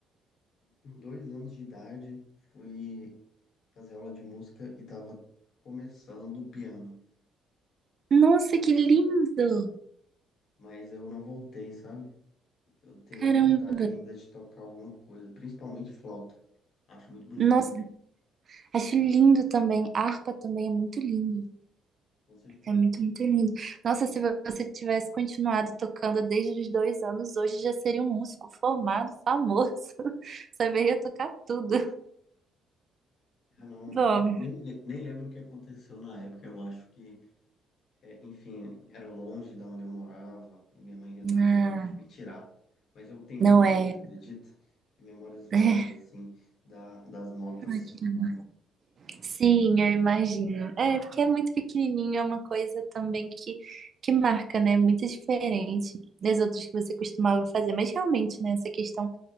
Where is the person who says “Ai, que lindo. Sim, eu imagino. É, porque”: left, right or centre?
Right